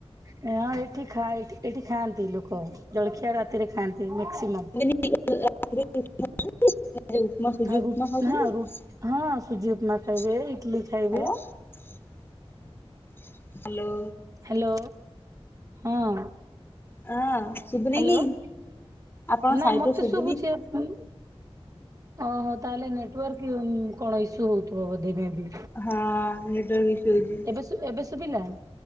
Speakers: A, on the right (about 35°); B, on the left (about 20°).
A: ହଁଁ ଏଠି ଖା ଏଠି ଖାଆନ୍ତି ଲୋକ ଜଳଖିଆ ରାତିରେ ଖାଆନ୍ତି ମେକ୍ସିମମ୍।
B: <unintelligible> ଏ ଯୋଉ ଉପମା ସୁଜି
A: ଆଉ
B: ଉପମା
A: ରୁ
B: ଖାଉଛନ୍ତି
A: ହଁ ରୁ ହଁ ସୁଜି ଉପମା ଖାଇବେ
B: ହାଲୋ।
A: ଇଟଲି ଖାଇବେ।
B: ହ୍ୟାଲୋ।
A: ହ୍ୟାଲୋ ହଁ।
B: ହଁ। ଶୁଭୁନି
A: ହ୍ୟାଲୋ
B: କି ଆପଣ
A: ନା
B: ସାଇଡ
A: ମତେ
B: ରୁ ଶୁଭୁନି
A: ଶୁଭୁଛି ଆପ ଓହୋ ତାହେଲେ ନେଟୱାର୍କ କଣ ଇସ୍ୟୁ ହଉଥିବ ବୋଧେ ମେ ବି
B: ହଁ ନେଟା ୱର୍କ ଇସୁ ହଉଛି
A: ଏବେ ଏବେ ଶୁଭିଲା।